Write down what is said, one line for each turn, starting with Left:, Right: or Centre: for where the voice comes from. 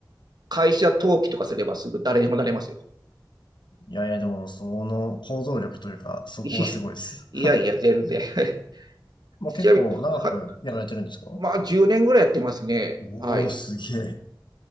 Right: 会社登記とかすればすぐ誰でもなれますよ。
Left: いやいや、でも、その、行動力というか、そこがすごいです。
Right: いいやいや、全然。<laughs>
Left: もう結構長くやられてるんですか
Right: ちなみに、はい。まあ、10年ぐらいやってますね。
Left: おー、
Right: はい。
Left: すげえ。